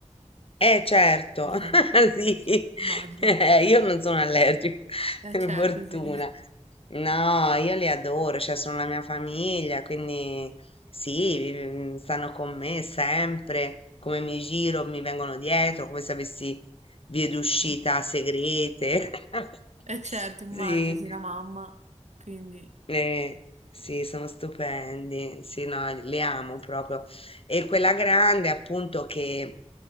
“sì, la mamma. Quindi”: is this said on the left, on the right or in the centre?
Right